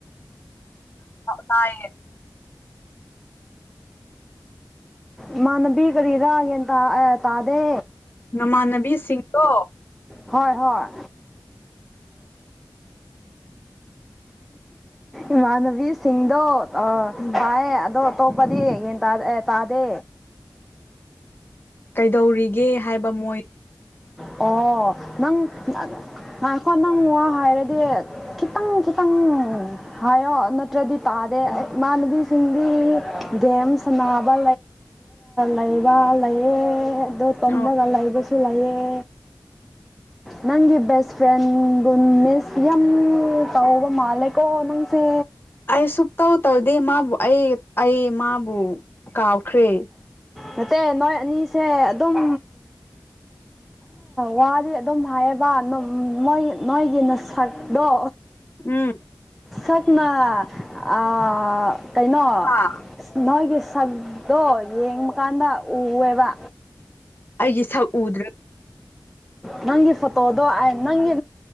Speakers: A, on the left; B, in the centre.
A: ꯇꯥꯏꯌꯦ
B: ꯏꯃꯥꯟꯅꯕꯤ ꯀꯔꯤꯔ ꯒꯌꯥꯟ ꯇꯥ ꯑ ꯇꯥꯗꯦ
A: ꯅꯃꯥꯟꯅꯕꯤꯁꯤꯡꯗꯣ
B: ꯍꯣꯏ ꯍꯣꯏ ꯏꯃꯥꯟꯅꯕꯤꯁꯤꯡꯗꯣ ꯑ
A: ꯎꯝ
B: ꯇꯥꯏꯌꯦ ꯑꯗꯣ ꯑꯇꯣꯞꯄꯗꯤ ꯒꯌꯟ ꯇꯥꯗꯦ
A: ꯀꯩꯗꯧꯔꯤꯒꯦ ꯍꯥꯏꯕ ꯃꯣꯏ
B: ꯑꯣ ꯅꯪ ꯉꯥꯏꯈꯣ ꯅꯪ ꯋꯥ ꯍꯥꯏꯔꯗꯤ ꯈꯤꯇꯪ ꯈꯤꯇꯪ ꯎꯝ ꯍꯥꯏꯌꯣ ꯅꯠꯇ꯭ꯔꯗꯤ ꯇꯥꯗꯦ ꯏꯃꯥꯟꯅꯕꯤꯁꯤꯡꯗꯤ ꯗꯦꯝ ꯁꯤꯟꯟꯕ ꯂꯩꯕ ꯂꯩꯌꯦ ꯑꯗꯣ ꯇꯨꯝꯂꯒꯥ
A: ꯑꯣ
B: ꯂꯩꯕꯁꯨ ꯂꯩꯑꯦ
A: <inaudible>
B: ꯅꯪꯒꯤ ꯕꯦꯁ ꯐ꯭ꯔꯦꯟꯕꯨ ꯃꯤꯁ ꯌꯥꯝ ꯇꯧꯕ ꯃꯥꯜꯂꯦꯀꯣ ꯅꯪꯁꯦ
A: ꯑꯩ ꯁꯨꯛꯇꯧ ꯇꯧꯗꯦ ꯃꯥꯕꯨ ꯑꯩ ꯑꯩ ꯃꯥꯕꯨ ꯀꯥꯎꯈ꯭ꯔꯦ
B: ꯅꯠꯇꯦ ꯅꯣꯏ ꯑꯅꯤꯁꯦ ꯑꯗꯨꯝ ꯋꯥꯗꯤ ꯑꯗꯨꯝ ꯍꯥꯏꯌꯦꯕ ꯃꯣꯏ ꯅꯣꯏꯒꯤ ꯅꯁꯛꯗꯣ
A: ꯎꯝ
B: ꯁꯛꯅ ꯑꯥ ꯀꯩꯅꯣ
A: ꯍꯣꯏ
B: ꯅꯣꯏꯒꯤ ꯁꯛꯗꯣ ꯌꯦꯡꯕ ꯀꯥꯟꯗ ꯎꯋꯦꯕ
A: ꯑꯩꯒꯤ ꯁꯛ ꯎꯗ꯭ꯔ
B: ꯅꯪꯒꯤ ꯐꯣꯇꯣꯗꯣ ꯑꯩ ꯅꯪꯒꯤ